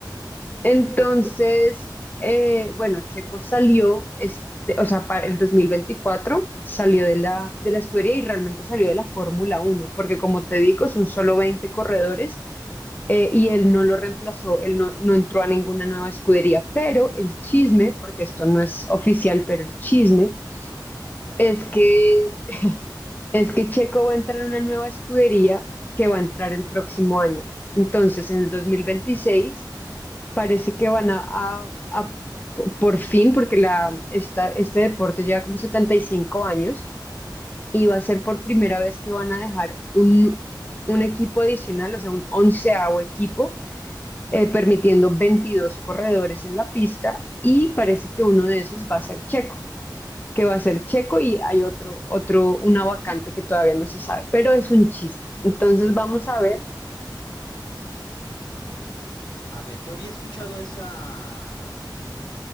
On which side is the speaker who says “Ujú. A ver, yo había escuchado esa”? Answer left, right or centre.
Left